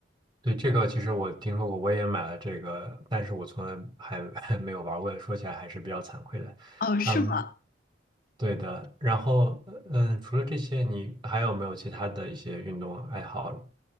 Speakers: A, on the right; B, on the left.
A: 对，这个其实我听说过，我也买了这个，但是我从来还 <laughs> 还没有玩过，说起来还是比较惭愧的。
B: 哦，是吗？
A: 嗯，对的。然后，呃嗯，除了这些，你还有没有其他的一些运动爱好？